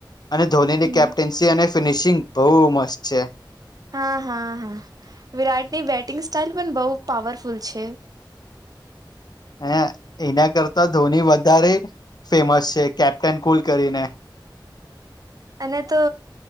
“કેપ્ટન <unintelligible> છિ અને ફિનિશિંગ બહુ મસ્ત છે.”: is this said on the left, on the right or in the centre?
Left